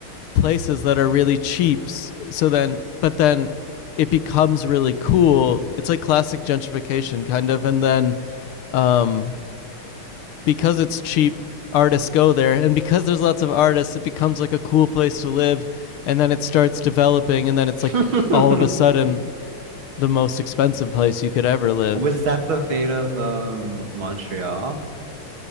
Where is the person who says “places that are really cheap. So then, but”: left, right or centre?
Left